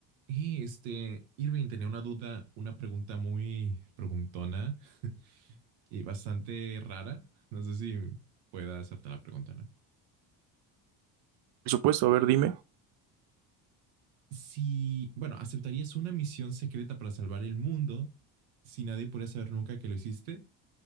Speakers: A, on the right; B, on the right.
A: Y este, Irving tenía una duda, una pregunta muy preguntona <laughs> y bastante rara. No sé si pueda hacerte la pregunta, ¿no?
B: Por supuesto, a ver, dime.
A: Si, bueno, ¿aceptarías una misión secreta para salvar el mundo si nadie pudiera saber nunca que lo hiciste?